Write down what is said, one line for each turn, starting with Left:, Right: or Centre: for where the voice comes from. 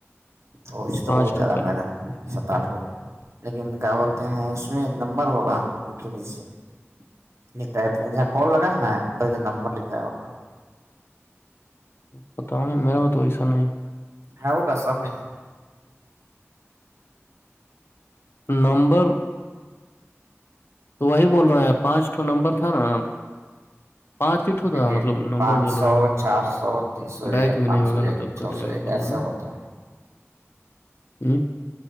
Right: تو اس
Left: پانچ
Right: تو بہت
Left: ٹو
Right: زیادہ
Left: کرنا
Right: میرا ہے ست آٹھ ہوگیا لیکن کیا بولتے ہیں اس میں نمبر ہوگا لکھین ای سی میں نہیں ٹائپ جہ کال لگا ہے نا ا نمبر لکھایا ہوگا
Left: پتا نہیں میرا تو تو ایس نہیں ہی
Right: ہے وہ کا سب میں ہے
Left: نمبر تو وہی بول رہے ہیں پانچٹو نمبر تھا نا پانچ سیٹوں
Right: دیکھیے
Left: تھا مطلب نمبر
Right: پانچ
Left: بول
Right: سو
Left: رہے ہیں
Right: چار سو تین سو ایک
Left: بیک بھی
Right: پانچ
Left: نہیں ہوگا
Right: سو
Left: نا
Right: ایک
Left: تو
Right: چھ
Left: کٹ جائےا
Right: سو ایک
Left: بولو
Right: ایسے
Left: نا
Right: ہوتا ہے
Left: <unintelligible>